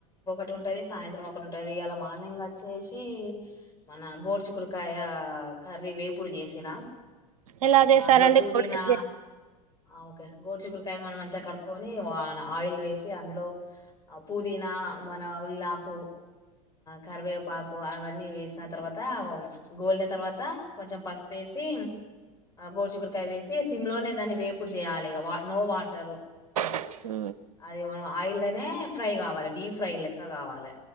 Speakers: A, on the left; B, on the right.
A: ఒక ఉంటది సాయంత్రం ఒకటి ఉంటది ఇలా మార్నింగ్ వచ్చేసి మన గోడ్చుకురకాయ కర్రీ వేపుడు చేసిన
B: ఎలా చేసారండి
A: అందులో పుదీనా
B: గోడు చిక్కుడు
A: ఆ ఓకే గోరుచుకురకాయ మనం మంచిగా కడుపు ని ఆయిల్ వేసి అందులో పుదీనా మన ఉల్లాకు కరివేపాకు అవన్నీ వేసిన తర్వాత గోలిన తర్వాత కొంచెం పసుపుేసి గోడిచకురకాయ వేసి సిమ్ లోనే దాన్ని వేపు చేయాలి నో వాటర్
B: ఆ
A: అది ఆయిల్నే ఫ్రై కావాలి డీప్ ఫ్రై లెక్క కావాలి